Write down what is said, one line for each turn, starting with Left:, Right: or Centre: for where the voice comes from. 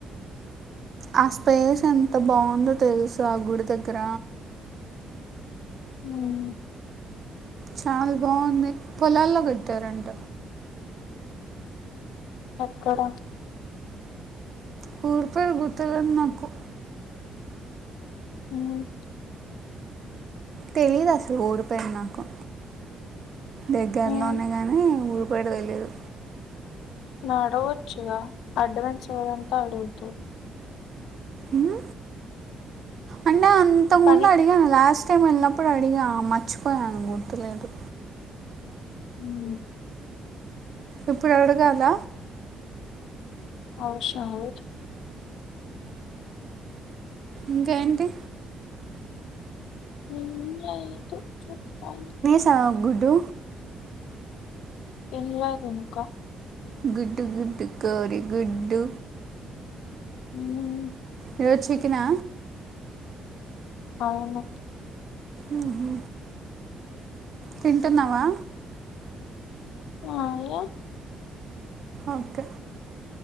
Right: ఆ స్పేస్ ఎంత బావుందో తెలుసా గుడి దగ్గర
Left: అవునా
Right: చాలా బాగుంది పొలాల్లో పెట్టారంట
Left: ఎక్కడ
Right: పూర్పేరు గుర్తుక్లేదు నాకు
Left: అవున
Right: తెలీదసలు ఊరిపేర్ నాకు దగ్గరలోనే
Left: హ్మ్.
Right: గానీ ఊరు పేరు తెలీదు
Left: నడగొచ్చుగా అడ్డమైన సోధంతా అడుగుతవ్
Right: ఉమ్ అంటే అంతకు
Left: పని
Right: ముందు అడిగాను లాస్ట్ టైం ఎల్లినప్పుడడిగా మర్చిపోయాను గుర్తులేదు
Left: ఉమ్
Right: ఇప్పుడడగాల
Left: ఆవ్శ్రంలేద్
Right: ఇంకా ఏంటి
Left: ఏం లేదు చెప్పాలి
Right: న గుడ్డు
Left: తినలేదు ఇంక
Right: గుడ్డు గుడ్డు కోరి గుడ్డు
Left: ఉమ్
Right: ఈ రోజు చికనా
Left: అవును
Right: ఉమ్ హ్ తింటున్నవా
Left: ఆ ఏ
Right: ఓకే